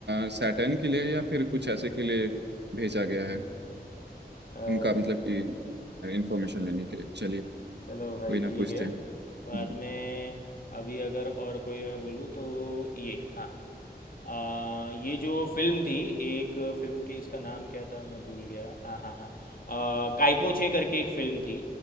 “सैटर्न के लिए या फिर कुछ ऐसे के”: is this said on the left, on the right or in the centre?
Right